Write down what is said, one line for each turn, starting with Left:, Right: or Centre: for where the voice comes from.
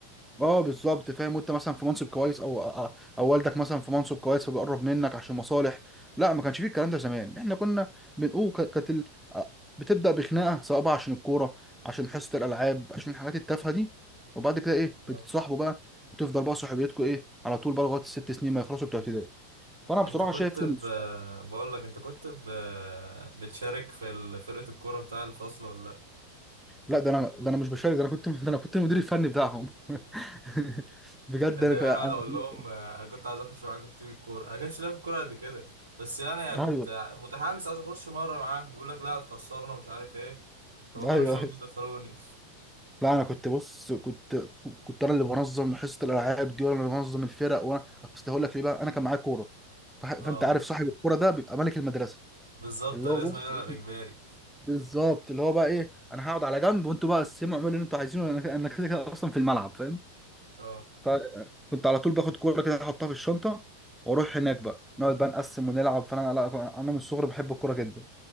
Centre: اه بالظبط فاهم وانت مثلا في منصب كويس او او أو والدك مثلا في منصب كويس فبيقرب منك عشان مصالح لا ما كانش فيه الكلام ده زمان احنا كنا بنقول ك- كانت ال- آه، بتبدا بخناقه سواء بقى عشان الكوره عشان حصه الالعاب عشان الحاجات التافهه دي وبعد كده ايه
Right: بالظبط.
Centre: بتتصاحبوا بقى وتفضل بقى صحوبيتكم ايه على طول بقى لغايه الست سنين ما يخلصوا بتوع ابتدائي فانا
Right: أنت
Centre: بصراحه
Right: كنت
Centre: شايف
Right: ب...
Centre: ال...
Right: بقول لك أنت كنت ب... بتشارك في ال- فرقة الكورة بتاع الفصل ولا لأ؟
Centre: لا ده انا ده انا مش بشارك ده انا كنت ده انا كنت المدير الفني بتاعهم <laughs>
Right: <laughs>
Centre: بجد
Right: كان
Centre: انا
Right: دايما
Centre: ك-
Right: أقعد
Centre: أنا-
Right: أقول لهم آه، أنا كنت عايز أخش معاكم في تيم الكورة أنا كنتش لاعب كورة قد كده بس يعني كنت
Centre: ايوه
Right: متحمس عايز أخش مرة معاه بيقول لك لا هتخسرنا مش عارف إيه فما كانوش
Centre: ايوه
Right: يرضوا يدخلوني
Centre: لا انا كنت بص كنت كنت انا اللي بنظم حصه الالعاب دي وانا اللي بنظم الفرق وانا اصل هقول لك ليه بقى انا كان معايا كوره
Right: <laughs>
Centre: ف- فانت
Right: أه
Centre: عارف صاحب الكوره ده بيبقى ملك المدرسه
Right: بالظبط
Centre: اللي
Right: ده
Centre: هو
Right: لازم
Centre: بص
Right: يلعب اجباري
Centre: <laughs> بالظبط اللي هو بقى ايه انا هقعد على جنب وانتوا بقى قسموا اعملوا اللي انتوا عايزينه انا انا كده كده اصلا في الملعب فاهم
Right: اه
Centre: فكنت على طول باخد كوره كده احطها في الشنطه واروح هناك بقى نقعد بقى نقسم ونلعب فانا لا انا من الصغر بحب الكوره جدا